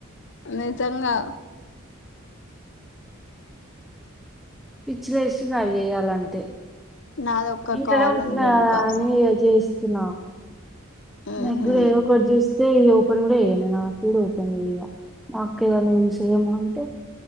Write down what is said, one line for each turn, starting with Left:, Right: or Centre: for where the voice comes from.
Left: నిజంగా
Centre: పిచ్చి లేస్తుంది అవి చేయాలంటే
Left: నాది ఒక్క
Centre: ఇంట్లనే
Left: కాల్
Centre: ఉంటున్న
Left: ఉంది
Centre: కదా
Left: ఇంకా
Centre: అని చేస్తున్న
Left: ఉహు
Centre: నా గుడ ఏవో ఒక చే ఇదే ఓపెన్ కూడా చెయలే నేను నాకు కూడా ఓపెన్ చేయగా మా అక్క ఎద్దన సేమ్ అంటే